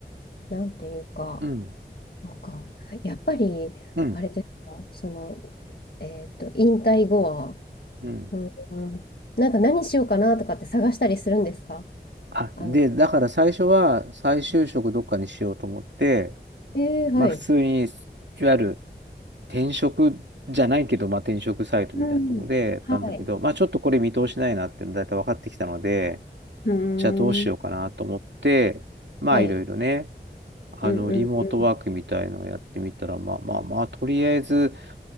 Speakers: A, on the left; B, on the right.
A: なんていうか、
B: うん。
A: そうか。やっぱり、
B: うん。
A: あれですか、その、えっと、引退後は、
B: うん。
A: うん、うん、なんか何しようかなとかって探したりするんですか
B: あ、
A: あの、
B: で、だから最初は再就職どっかにしようと思って、
A: えー、はい。
B: まあ普通に、いわゆる転職じゃないけど、まあ、転職サイトみたいなところでやったんだけど、
A: うん。はい。
B: まあ、ちょっとこれ見通しないなっていうのだいたい分かってきたので、
A: うー
B: じゃあどうしようかなと思って、
A: ん。
B: まあ、
A: はい。
B: いろいろね、あの、
A: うんうんう
B: リモートワークみたいのをやってみたら、まあまあまあ、とりあえず、